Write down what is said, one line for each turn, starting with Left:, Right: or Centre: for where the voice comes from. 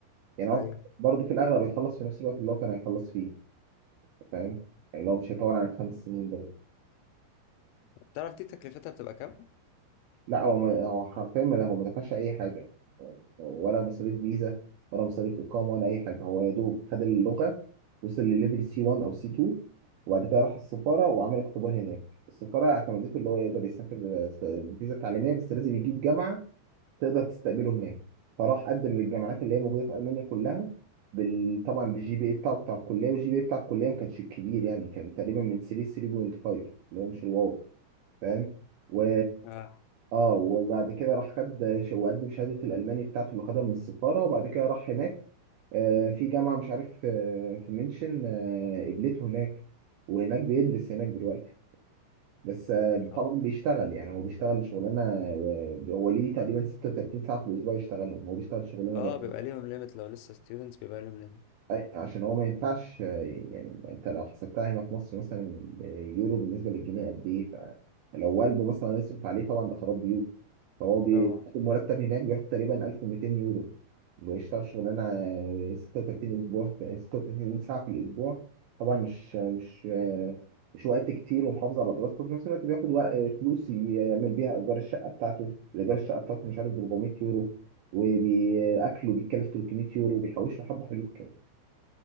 Right: يعني هو
Left: ايوه
Right: برضه في الأغلب هيخلص في نفس الوقت اللي هو كان هيخلص فيه فاهم يعني لو مش هيطول عن خمس سنين برضه
Left: تعرف دي تكلفتها بتبقى كام
Right: لا هو ما- هو حرفيا ما هو ما دفعش اي حاجه ولا مصاريف فيزا ولا مصاريف اقامه ولا اي حاجه هو يا دوب خد اللغه وصل لليفل سي 1 او سي 2 وبعد كده راح السفاره وعمل اختبار هناك السفاره اعتمدته اللي هو يقدر يسافر فيزا تعليميه بس لازم يجيب جامعه تقدر تستقبله هناك فراح قدم للجامعات اللي هي موجوده في المانيا كلها بال... طبعا بالجي بي اي بتاعه بتاع الكليه والجي بي اي بتاع الكليه ما كانش كبير يعني كان تقريبا من 3 3.5 اللي هو مش الواو فاهم و
Left: اه
Right: اه وبعد كده راح خد ش- وقدم شهادة الألماني بتاعته اللي خدها من السفارة وبعد كده راح هناك آه، في جامعة مش عارف آه، في منشن آه، قبلته هناك وهناك بيدرس هناك دلوقتي بس آه،
Left: ما شاء
Right: طبعا
Left: الله
Right: بيشتغل يعني هو بيشتغل شغلانة آه، هو ليه تقريبا 36 ساعة في الأسبوع يشتغلهم هو بيشتغل شغلانة
Left: اه
Right: جامدة
Left: بيبقى ليهم ليميت لو لسه ستودنتس بيبقى ليهم ليميت
Right: أي عشان هو ما ينفعش آه، يعني انت لو حسبتها هنا في مصر مثلا اليورو بالنسبه للجنيه قد ايه فلو والده مثلا يصرف عليه طبعا ده خراب بيوت فهو بياخد
Left: طبعا
Right: مرتب هناك بياخد تقريبا 1200 يورو بيشتغل شغلانه 36 اسبوع في 36 ساعه في الاسبوع طبعا مش مش آه، مش وقت كتير ومحافظ على دراسته في نفس الوقت بياخد وقت فلوس يعمل بيها ايجار الشقه بتاعته الايجار الشقه بتاعته مش عارف ب 400 يورو وبأكله بيتكلف 300 يورو بيحوش له حبة حلوين